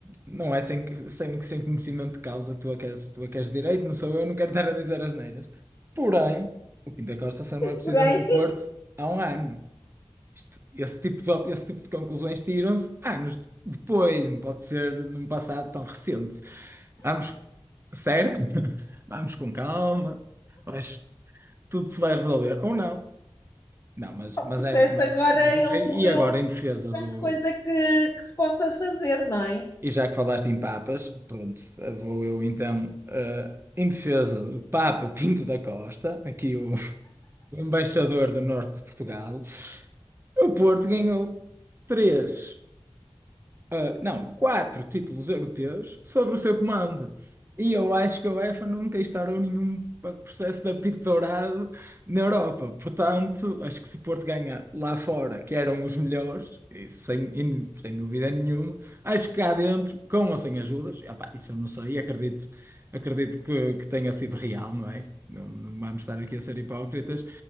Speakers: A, on the right (about 25°); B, on the left (about 35°).
A: não é sem, que- sem, sem conhecimento de causa. Tu é que és, tu é que és de direito, não sou eu, não quero estar a dizer asneiras. Porém, o Pinto da Costa só não é presidente
B: Porém,
A: do Porto há um ano. Isto- esse tipo de, esse tipo de conclusões tiram-se anos depois, não pode ser num passado tão recente. Vamos, certo? <laughs> Vamos com calma, mas tudo se vai resolver. Ou não. Não, mas, mas
B: processo
A: é. mas
B: agora ele
A: é-
B: morreu,
A: e agora,
B: não
A: em defesa
B: há grande
A: do.
B: coisa que, que se possa fazer, não é?
A: E já que falaste em papas, pronto, vou eu então, eh, em defesa do Papa <laughs> Pinto da Costa, aqui o, <laughs> o embaixador do norte de Portugal, o Porto ganhou três. ah, não, quatro títulos europeus sobre o seu comando. E eu acho que a UEFA nunca instaurou nenhum pa- processo de apito dourado na Europa. Portanto, acho que se o Porto ganha lá fora, que eram os melhores, e sem, in- sem dúvida nenhuma, acho que cá dentro, com ou sem ajudas, opá, isso eu não sei, acredito, acredito que, que tenha sido real, não é? Não, não vamos estar aqui a ser hipócritas,